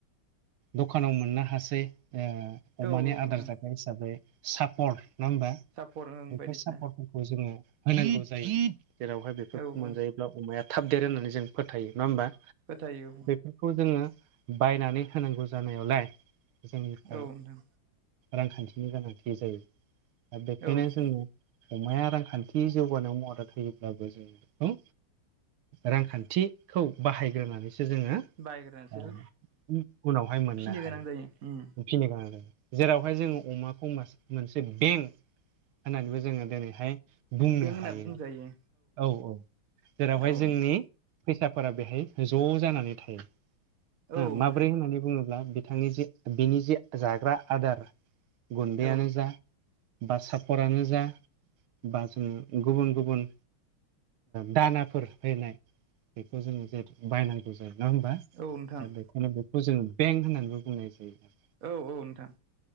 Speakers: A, on the right; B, on the right.
A: दखानाव मोननो हासै अमानि
B: औ नोंथां
A: आदार जाग्रा हिसाबै सापर् नङा होमबा
B: सापर ओं
A: बेफोर
B: बायदिसिना
A: सापर्टफोरखौ जोङो होनांगौ जायो। जेरावहाय बेफोरखौ
B: औ औ
A: मोनजायोब्ला अमाया थाब देर होननानै जों फोथायो नङा होमबा।
B: फोथायो
A: बेखौ जोङो बायनानै होनांगौ जानायावलाय जोंनिफ्राय
B: औ नोंथां
A: रांखान्थिनि गोनांथि जायो दा बेखायनो
B: औ नोंथां
A: जोङो अमाया रांखान्थि जौगानायाव मदद होयोब्लाबो जोंङो रांखान्थिखौ बाहायग्रोनानैसो जोङो
B: बायग्रा ओसोल
A: ओ उनावहाय मोननो
B: फिनो
A: हायो
B: गोनां जायो।
A: फिनो गोनां जादों जेरावहाय जोङो अमाखौ मोनसे बेंक होननानैबो जोङो दिनैहाय बुंनो
B: बें होनना
A: हायो
B: बुंजायो।
A: औ औ जेरावहाय
B: औ नोंथां
A: जोंनि फैसाफोरा बेहाय ज' जानानै थायो।
B: औ
A: हो
B: नोंथां औ नोंथां
A: माब्रै होननानै बुङोब्ला बिथांनि जे बिनि जे जाग्रा आदार गुन्दैआानो
B: औ
A: जा बा सापरानो जा बा जों गुबुन गुबुन दानाफोर फनाय बेखौ जोङो जे बायनांगौ। जायो नङा हबा दा
B: नोंथां
A: बेखायनो बेखौ जोङ बेंक होननानैबो बुंनाय जायो आरो।
B: औ औ नोंथां।